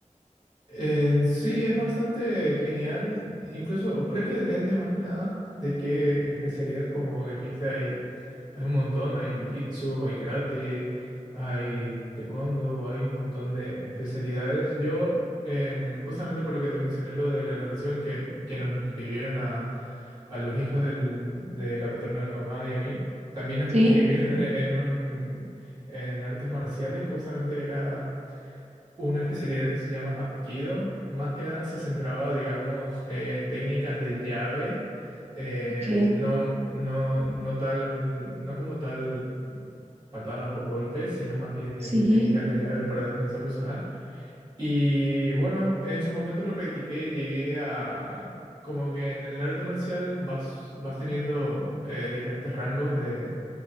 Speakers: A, on the right; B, on the right.
A: En sí, es bastante genial, incluso o creo que depende más que nada de qué especialidad, como dijiste ahí Hay un montón, hay jiu-jitsu, hay karate, hay taekwondo, hay un montón de especialidades. Yo, em, justamente por lo que te mencioné, lo de la natación, que, que nos inscribieron a, a los hijos del- de la patrona de mamá y a mí, también nos
B: Sí,
A: <laughs> inscribieron en un, en artes marciales, justamente era una especialidad que se llama Hapkido. Más que nada se centraba, digamos, en técnicas de llave, eh,
B: ok,
A: no, no, no tal, no como tal patadas o golpes, sino más bien
B: sí,
A: en técnicas de llave para defensa personal. Y bueno, en su momento lo practiqué, llegué a... Como que en el arte marcial vas, vas teniendo eh, diferentes rangos de